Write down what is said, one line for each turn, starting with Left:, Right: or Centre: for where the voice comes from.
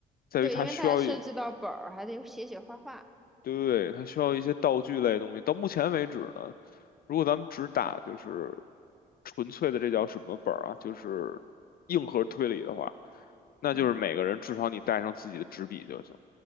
Left: 在于它需要一，
Centre: 对，因为它还涉及到本儿，还得写写画画。
Left: 对，它需要一些道具类的东西。到目前为止呢，如果咱们只打就是纯粹的这叫什么本儿啊，就是硬核推理的话，那就是每个人至少你带上自己的纸笔就行。
Centre: 嗯。